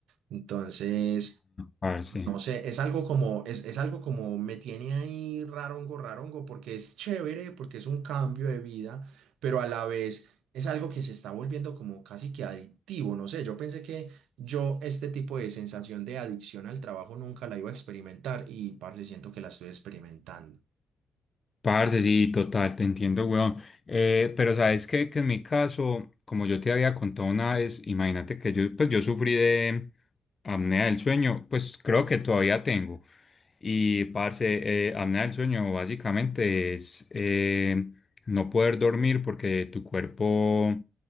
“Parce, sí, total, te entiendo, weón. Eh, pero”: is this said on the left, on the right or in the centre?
Left